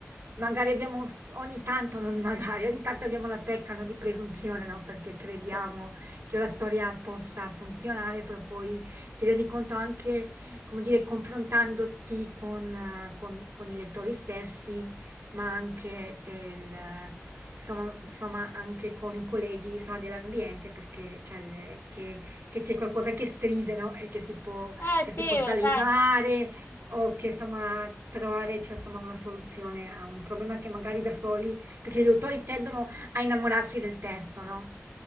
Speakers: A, on the right (about 70°); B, on the left (about 60°).
A: magari abbiamo, s- ogni tanto, non magari, ogni tanto abbiamo la pecca, no, di presunzione, no? Perché crediamo
B: <laughs>
A: che la storia possa funzionare, però poi ti rendi conto anche, come dire, confrontandoti con, eh, con- con i lettori stessi, ma anche, eh, il, insomma, insomma, anche con i colleghi, insomma, dell'ambiente, perché cioè, le- che che c'è qualcosa che stride, no? E che si può
B: Eh
A: che
B: sì,
A: si possa
B: lo
A: levare
B: sai,
A: o che insomma trovare cioè, insomma, una soluzione a un problema che magari da soli, perché gli autori tendono a innamorarsi del testo, no?